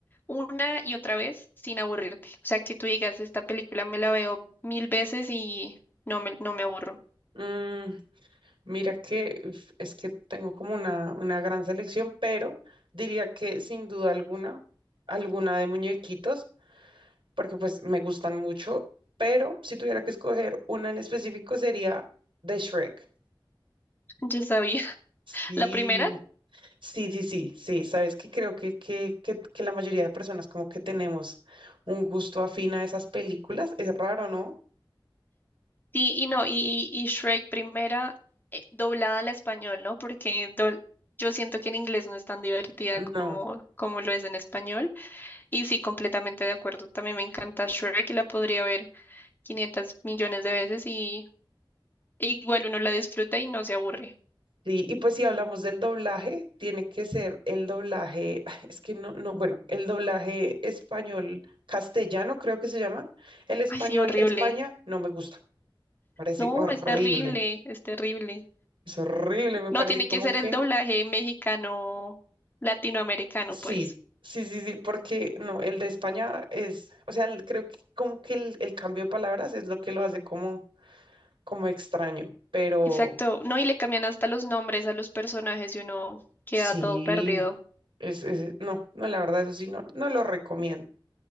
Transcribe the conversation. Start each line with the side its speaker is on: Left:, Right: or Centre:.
Left: una y otra vez sin aburrirte? O sea, que tú digas, esta película me la veo mil veces y no me, no me aburro.
Right: Mm, mira que uf, es que tengo como una, una gran selección, pero diría que sin duda alguna, alguna de muñequitos. porque pues me gustan mucho, pero si tuviera que escoger una en específico sería de Shrek.
Left: <laughs> Yo sabía. <laughs>
Right: Sí,
Left: La primera,
Right: sí, sí, sí, sí, sabes que creo que, que, que, que la mayoría de personas como que tenemos un gusto afín a esas películas, es raro, ¿no?
Left: sí, y no, y, y Shrek primera, eh, doblada al español, ¿no? Porque dol- yo siento que en inglés no es tan divertida
Right: No.
Left: como, como lo es en español. Y sí, completamente de acuerdo. También me encanta Shrek y la podría ver 500 millones de veces y y igual uno la disfruta y no se aburre.
Right: Sí, y pues si hablamos del doblaje, tiene que ser el doblaje, <laughs> es que no, no, bueno, el doblaje español castellano creo que se llama, el español
Left: Ay, sí, horrible.
Right: España no me gusta, parece
Left: No,
Right: horrible.
Left: es terrible, es terrible.
Right: Es horrible, me
Left: No,
Right: parece
Left: tiene
Right: como
Left: que ser
Right: que
Left: el doblaje mexicano, latinoamericano,
Right: sí,
Left: pues.
Right: sí, sí, sí, porque no, el de España es, o sea, el- creo que como que el, el cambio de palabras es lo que lo hace como, como extraño, pero
Left: Exacto. No, y le cambian hasta los nombres a los personajes y uno queda
Right: sí,
Left: todo perdido.
Right: es, es- no, no, la verdad, eso sí, no, no lo recomiendo.